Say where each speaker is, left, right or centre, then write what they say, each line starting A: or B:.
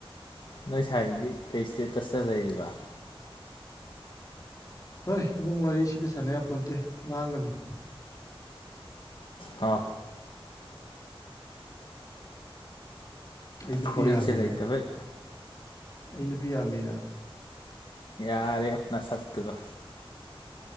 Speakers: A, on the left; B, on the left.
A: ꯅꯣꯏ ꯏꯁꯥꯒꯤꯗꯤ ꯀꯩ ꯏꯁꯇꯦꯇꯁꯇ ꯂꯩꯔꯤꯕ
B: ꯍꯣꯏ ꯑꯗꯨꯝ ꯋꯥꯔꯤꯁꯤꯗ ꯁꯥꯟꯅꯅꯕꯄꯣꯟ ꯅꯠꯇꯦ ꯂꯥꯡꯒꯅꯨ
A: ꯍ
B: ꯑꯩ ꯅꯨꯄꯤ
A: ꯐꯨꯔꯤꯠꯁꯦ
B: ꯌꯥꯝꯃꯤꯔꯥ
A: ꯂꯩꯇꯕꯩ
B: ꯑꯩ ꯅꯨꯄꯤ ꯌꯥꯝꯃꯤꯔꯥ
A: ꯌꯥꯔꯦ ꯑꯣꯅ ꯁꯛꯇꯨꯒ